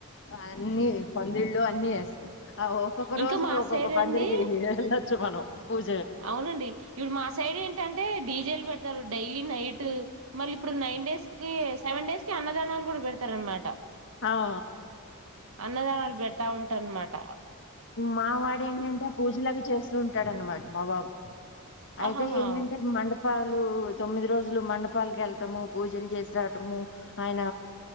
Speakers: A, on the left; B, on the right.
A: అన్ని పందిళ్ళలు అన్నీ వెస్తారు. ఆ ఒక్కొక్క
B: ఇంకా
A: రోజు
B: మా
A: ఒక్కొక్క
B: సైడ్
A: పందిరికి
B: అండి
A: వెళ శివుని పూజ
B: అవునండి ఇప్పుడు మా సైడ్ ఏంటంటే డీజేలు పెడతారు డైలీ నైట్ మళ్ళీ ఇప్పుడు నైన్ డేస్ కి సెవెన్ డేస్ కి అన్నదానాలు కూడా పెడతారు అనమాట
A: హౌ
B: అన్నదానాలు పెడతా ఉంటానమాట
A: మా వాడు ఏంటంటే పూజలు అవి చేస్తూ ఉంటాడు అన్నమాట మా బాబు అయితే
B: ఆహాహా
A: ఏంటంటే మండప మపాలు తొమ్మిది రోజులు మండపాలకు వెళ్ళటము పూజలు చేసి రావటము ఆయన